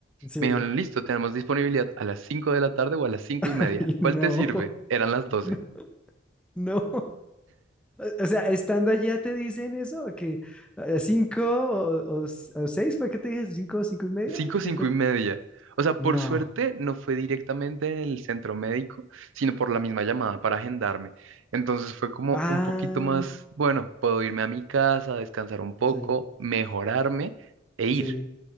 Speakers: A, in the centre; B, on the right.
A: Sí.
B: Me dijeron, listo, tenemos disponibilidad a las 5 de la tarde o a las 5
A: <laughs>
B: y media.
A: Ay,
B: ¿Cuál
A: no,
B: te sirve? Eran las 12.
A: <laughs> no, no. O sea, estando allá te dicen eso, que eh, cinco o, o s- o seis, ¿fue que te dije? ¿Cinco o cinco y media?
B: 5, 5
A: ¿Qué fue?
B: y media. O sea,
A: No.
B: por suerte no fue directamente en el centro médico, sino por la misma llamada para agendarme. Entonces fue como
A: Ah,
B: un poquito más, bueno, puedo irme a mi casa, descansar un poco,
A: sí,
B: mejorarme e ir.
A: sí,